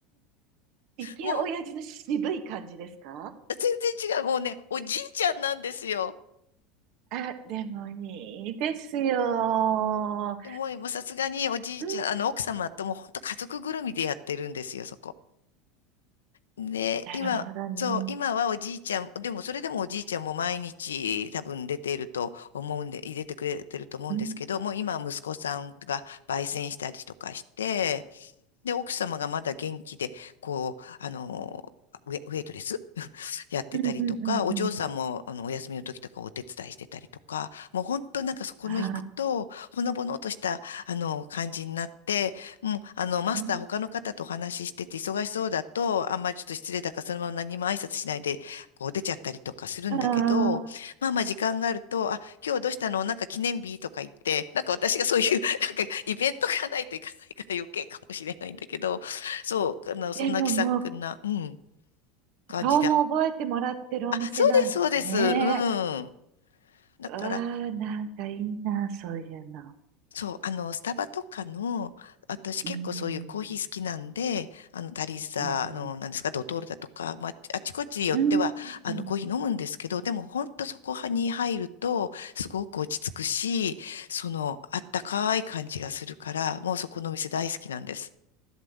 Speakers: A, on the right; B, on the left.
A: イケオヤジの渋い感じですか
B: もう、全然違う。もうね、おじいちゃんなんですよ。
A: あ、でもいいですよ。
B: でもう、もうさすがにおじいちゃん、
A: うん。
B: あの、奥様とも本当家族ぐるみでやってるんですよ、そこ。で、
A: なるほどね。
B: 今、そう、今はおじいちゃん、でもそれでもおじいちゃんも毎日多分出ていると思うんで、入れてくれてると思うんですけど、
A: うん。
B: もう今は息子さんが焙煎したりとかして、で、奥様がまだ元気で、こう、あの、ウェ、ウェイトレスやってたりとか、
A: うんうんうんうん。
B: お嬢さんもあのお休みの時とかお手伝いしてたりとか、もう本当なんかそこの行くと、
A: あ
B: ほのぼのとしたあの感じになって、もうあのマスター他の方とお話ししてて忙しそうだと、
A: あ、う
B: あんまりちょっと失礼だからそのまま何も挨拶しないでこう出ちゃったりとかするんだけど、
A: ん。ああ。
B: まあまあ時間があると、あ、今日どうしたのなんか記念日とか言って、なんか私がそういう <laughs> なんかイベントがないといかないから余計かもしれないんだけど、そう、あのそんな気さくな、
A: でももう、
B: うん、感じで
A: 顔も覚えてもらってるお店なんですね。
B: あ、そうです、そうです。うん。だから、
A: うわあ、なんかいいな、そういうの。
B: そう、あの、スタバとかの、私結構そういうコーヒー好きなんで、
A: うん。
B: あの、タリーザ、
A: うん
B: あの、なんですか、ドトールだとか、まあ、あちこち寄っては、
A: うん。うんうん
B: あの、コーヒー飲むんですけど、でも、ほんとそこに入ると、すごく落ち着くし、その、あったかい感じがするから、もうそこのお店大好きなんです。